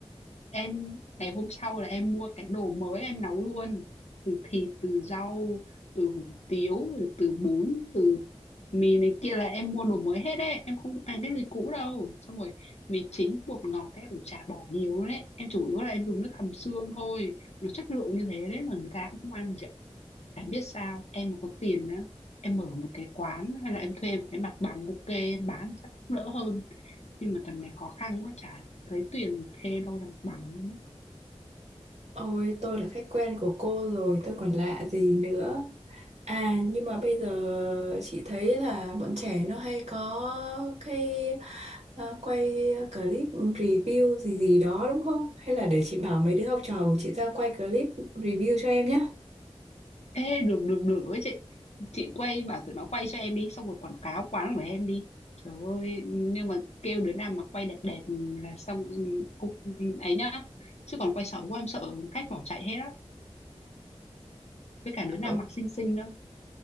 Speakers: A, on the left (about 75°); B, on the right (about 80°).
A: em ngày hôm sau là em mua cái đồ mới em nấu luôn từ thịt từ rau từ hủ tiếu rồi từ bún từ mì này kia là em mua đồ mới hết đấy em không ăn cái gì cũ đâu xong rồi mì chính bột ngọt cái cũng chả bỏ nhiều luôn đấy em chủ yếu là em dùng nước hầm xương thôi nó chất lượng như thế đấy mà người ta cũng không ăn chị ạ chả biết sao em mà có tiền á em mở một cái quán hay là em thuê một cái mặt bằng ok em bán thì chắc cũng đỡ hơn nhưng mà tầm này khó khăn quá chả lấy tiền thuê đâu ra mặt bằng luôn á
B: Ôi, tôi là khách quen của cô rồi, tôi còn lạ gì nữa. À, nhưng mà bây giờ chị thấy là bọn trẻ nó hay có cái à, quay clip review gì gì đó đúng không? Hay là để chị bảo mấy đứa học trò của chị ra quay clip review cho em nhé.
A: ê được được được ấy chị chị quay bảo tụi nó quay cho em đi xong rồi quảng cáo quán của em đi trời ơi nhưng mà kêu đứa nào mà quay đẹp đẹp là xong ừ, cũng ấy nhá chứ còn quay xấu quá em sợ khách bỏ chạy hết á với cả đứa nào
B: Ừ.
A: mặc xinh xinh nữa